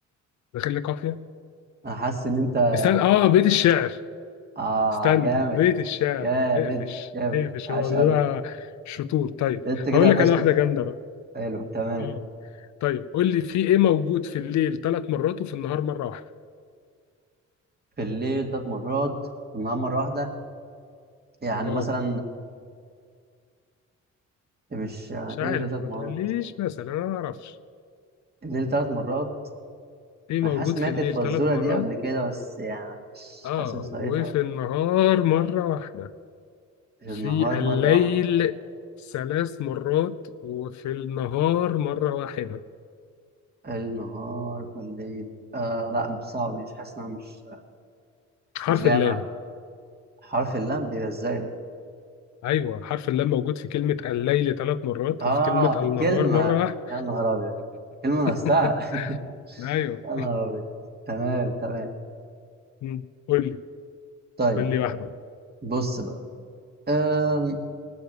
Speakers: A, on the left; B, on the right.
A: داخل لي قافيه
B: انا حاسس ان انت
A: استنى اه بيت الشعر
B: اه
A: استنى
B: جامد
A: بيت الشعر
B: جامد
A: اقفش
B: جامد
A: اقفش
B: عاش
A: هو بيبقى
B: قوي
A: شطور طيب
B: انت كده
A: هقول لك
B: قفشت
A: انا واحده
B: الف-
A: جامده بقى
B: حلو تمام
A: اه طيب قول لي في ايه موجود في الليل ثلاث مرات وفي النهار مره واحده
B: في الليل ثلاث مرات في النهار مره واحده يعني
A: اه
B: مثلا آه، مش يعني
A: مش عارف
B: ايه الليل ثلاث
A: ما
B: مرات
A: تقوليش مثلا انا ما اعرفش
B: الليل ثلاث مرات
A: ايه موجود
B: انا حاسس سمعت
A: في الليل
B: الفزوره
A: ثلاث مرات
B: دي قبل كده بس يعني مش
A: اه
B: حاسس مش لاقيتها
A: وفي النهار مره واحده
B: النهار
A: في الليل
B: مره واحده
A: ثلاث مرات وفي النهار مره واحده
B: النهار والليل آه لا مش صعب مش حاسس ان انا مش
A: حرف
B: مش جاي
A: اللام
B: معايا حرف اللام ايه ده ازاي ده
A: ايوه حرف اللام موجود في كلمه الليل ثلاث مرات
B: اه
A: وفي كلمه النهار
B: في الكلمه
A: مره واحده
B: يا نهار ابيض كلمه نفسها
A: <laughs> ايوه
B: <laughs> يا نهار ابيض تمام تمام
A: مم. قول لي
B: طيب
A: قول لي واحده
B: بص بقى أم...